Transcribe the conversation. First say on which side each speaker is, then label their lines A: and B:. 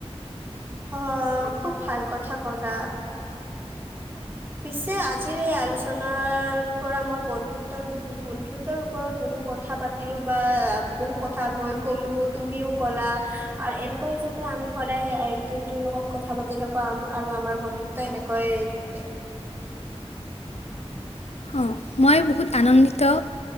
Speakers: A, on the right (about 20°); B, on the left (about 75°).
A: অ' খুব ভাল কথা ক'লা। পিছে আজিৰ এই আলোচনাৰ পৰা মই বন্ধুত্বৰ বন্ধুত্ব ৰ ওপৰত বহু কথা পাতিলো বা বহু কথা মই ক'লো তুমিও ক'লা আৰু এনেকৈ যাতে আমি সদায় ইটো সিটোৰ লগত কথা পাতি থাকোঁ আৰু আৰু আমাৰ বন্ধুত্ব এনেকৈ থাকে।
B: অঁ মই বহুত আনন্দিত